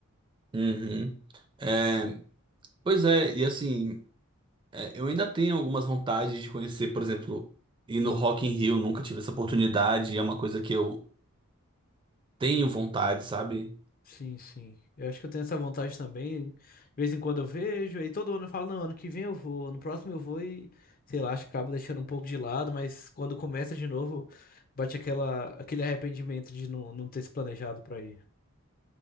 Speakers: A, on the right; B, on the left.
A: Uhum. É, pois é, e assim, é, eu ainda tenho algumas vontades de conhecer, por exemplo, ir no Rock in Rio, nunca tive essa oportunidade, é uma coisa que eu tenho vontade, sabe?
B: Sim, sim. Eu acho que eu tenho essa vontade também. De vez em quando eu vejo, aí todo ano eu falo, não, ano que vem eu vou, no próximo eu vou e, sei lá, acho que acabo deixando um pouco de lado, mas quando começa de novo, bate aquela, aquele arrependimento de não, não ter se planejado pra ir.